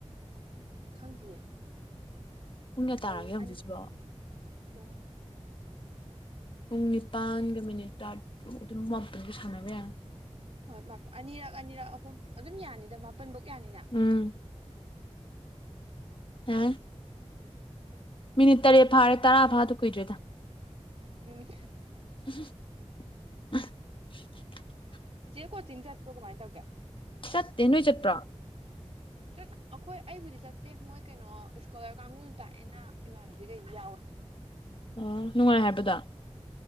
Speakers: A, on the right; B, on the left.
A: ꯈꯪꯗꯤꯌꯦ
B: ꯄꯨꯡ ꯀꯌꯥ ꯇꯥꯔꯒꯦ
A: ꯑꯗꯨ ꯑꯗꯨꯝ
B: ꯍꯧꯖꯤꯛꯁꯤꯕꯣ
A: ꯑꯅꯤ ꯄꯨꯡ
B: ꯄꯨꯡ ꯅꯤꯄꯥꯟꯒ ꯃꯤꯅꯤꯠ ꯇꯔꯥꯇꯔꯨꯛ ꯑꯗꯨꯝ ꯑꯗꯨꯁꯨ ꯁꯥꯟꯅꯕ ꯑ
A: ꯍꯣꯏ ꯑꯅꯤꯔꯛ ꯑꯅꯤꯔꯛ ꯑꯍꯨꯝ ꯑꯗꯨꯝ ꯌꯥꯅꯤꯗ ꯀꯨꯟꯐꯧ ꯌꯥꯅꯤꯅ
B: ꯎꯝ ꯌꯥꯔꯅꯤ ꯃꯤꯅꯤꯠ ꯇꯔꯦꯠ ꯐꯥꯔꯦ ꯇꯔꯥ ꯐꯥꯗꯧ ꯀꯨꯏꯗꯔ꯭ꯦ ꯗ
A: ꯎꯝ
B: ꯎ
A: ꯆꯤꯆꯦ ꯀꯣꯆꯤꯡ ꯆꯠꯄ꯭ꯔꯣ ꯀꯃꯥꯏꯅ ꯇꯧꯒꯦ
B: ꯆꯠꯇꯦ ꯅꯣꯏ ꯆꯠꯄ꯭ꯔꯣ
A: ꯆꯠ ꯑꯩꯈꯣꯏ ꯑꯩꯕꯨꯗꯤ ꯆꯠꯇꯦ ꯃꯣꯏ ꯀꯩꯅꯣ ꯏꯁꯀꯣꯂꯔ ꯀꯥꯡꯕꯨꯅ ꯇꯥꯛꯑꯦꯅ ꯏꯃꯥꯟꯅꯕꯤꯈꯩꯗꯤ ꯌꯥꯎꯋꯦ
B: ꯑꯣ ꯅꯨꯡꯉꯥꯏ ꯍꯥꯏꯕꯔꯥꯗ